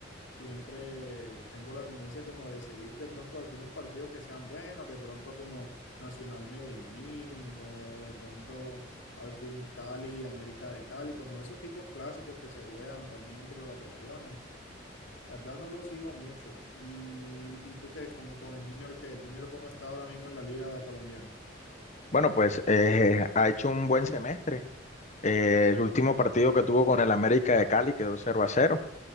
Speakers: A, on the left; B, on the left.
A: siempre tengo la tendencia como de seguir de pronto algunos partidos que sean buenos, de pronto como Nacional Medellín o de pronto algún Cali, América de Cali, como esos tipos clásicos que se juegan también entre las regiones. La verdad no lo sigo mucho. ¿Y, y tú qué con, con el Junior qué? ¿El Junior cómo está ahora mismo en la Liga Colombiana?
B: Bueno, pues eh, <laughs> ha hecho un buen semestre. Eh, el último partido que tuvo con el América de Cali quedó cero a cero